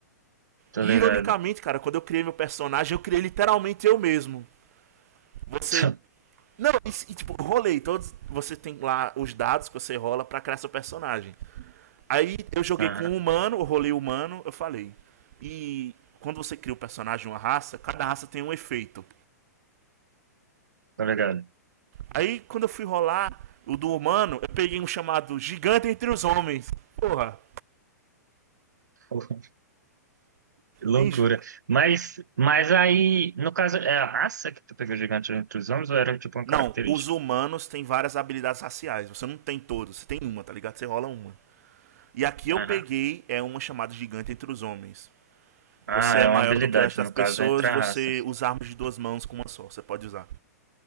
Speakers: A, on the right; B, on the right.
A: tô
B: E,
A: ligado.
B: ironicamente, cara, quando eu criei meu personagem, eu criei literalmente eu mesmo. Você.
A: <laughs>
B: Não, e, tipo, rolei todos. Você tem lá os dados que você rola pra criar seu personagem. Aí eu joguei
A: Aham,
B: com um humano, eu rolei humano, eu falei. E quando você cria o um personagem, uma raça, cada raça tem um efeito.
A: tô ligado.
B: Aí quando eu fui rolar o do humano, eu peguei um chamado Gigante entre os Homens. Porra,
A: <laughs> Que Loucura.
B: enche.
A: Mas, mas aí, no caso, é a raça que tu pegou gigante entre os homens ou era tipo uma
B: Não,
A: característica?
B: os humanos têm várias habilidades raciais. Você não tem todos, você tem uma, tá ligado? Você rola uma. E aqui eu
A: Aham.
B: peguei é uma chamada gigante entre os homens.
A: Ah,
B: Você é
A: é
B: maior
A: uma habilidade,
B: do que o resto das
A: no
B: pessoas
A: caso, entre
B: e
A: a
B: você
A: raça.
B: usa armas de duas mãos com uma só. Você pode usar.